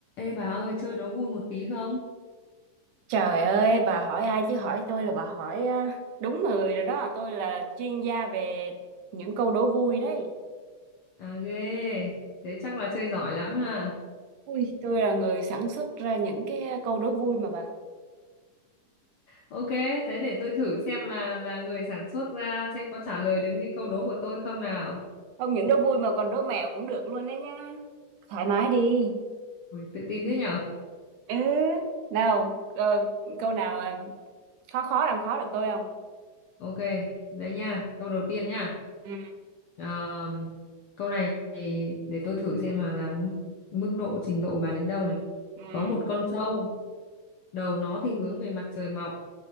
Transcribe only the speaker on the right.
Trời ơi, bà hỏi ai chứ hỏi tôi là bà hỏi à, đúng người rồi đó. Tôi là chuyên gia về những câu đố vui đấy.
Ui, tôi là người sản xuất ra những cái câu đố vui mà bà.
Không những đố vui mà còn đố mẹo cũng được luôn đấy nha. Thoải mái đi.
Ừ, nào, ờ, câu nào à, khó khó làm khó được tôi không?
Ừ,
ừ,